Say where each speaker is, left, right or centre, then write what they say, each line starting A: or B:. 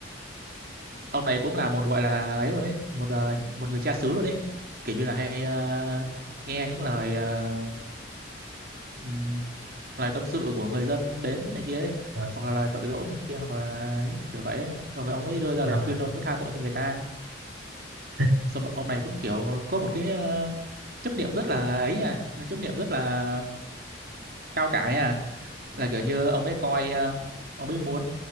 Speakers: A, on the right; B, on the right.
A: ông này cũng là một gọi là ấy luôn ấy một ờ, một người cha xứ luôn ấy kiểu như là hay ờ, nghe những lời ờ, ừm, lời tâm sự của người dân đến này kia ấy,
B: Ờ,
A: hoặc là lời tội lỗi này kia hoặc là ấy, kiểu vậy ấy. Rồi ông ấy đưa ra
B: rồi,
A: lời khuyên ông mới tha tội cho người ta
B: <laughs>
A: xong rồi ông này cũng kiểu có một cái ờ, chấp niệm rất là ấy à chấp niệm rất là cao cả ấy à là kiểu như ông ấy coi ờ, ông ấy muốn